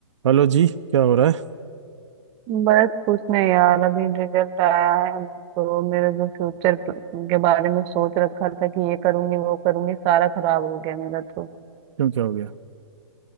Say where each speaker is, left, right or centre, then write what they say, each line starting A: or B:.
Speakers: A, on the right (about 65°); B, on the right (about 30°).
A: Hello जी क्या हो रहा है
B: बस कुछ नहीं यार अभी रिजल्ट आया है तो मेरा जो फ्यूचर के बारे में सोच रखा था कि ये करूंगी वो करूंगी सारा खराब हो गया मेरा तो
A: क्यों क्या हो गया